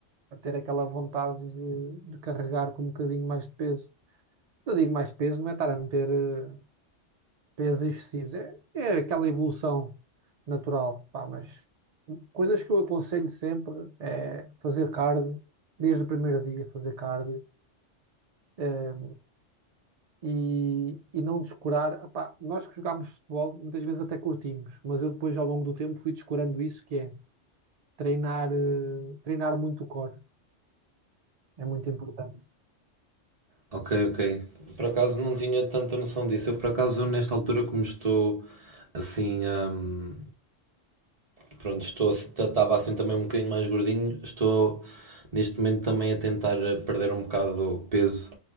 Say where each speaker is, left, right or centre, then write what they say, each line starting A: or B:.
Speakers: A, on the right; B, on the right.
A: a ter aquela vontade de, de carregar com um bocadinho mais de peso. Eu digo mais de peso, não é estar a meter eh, pesos excessivos. É, é aquela evolução natural, pá, mas coisas que eu aconselho sempre é fazer cardio, desde o primeiro dia fazer cardio, eh, e, e não descurar. Pá, nós que jogámos futebol, muitas vezes até curtimos, mas eu depois ao longo do tempo fui descurando isso, que é treinar, eh, treinar muito o core. É muito importante.
B: Ok, ok. Por acaso não tinha tanta noção disso. Eu, por acaso, nesta altura, como estou assim, hum, Pronto, estou, estava assim também um bocadinho mais gordinho. Estou neste momento também a tentar eh, perder um bocado de peso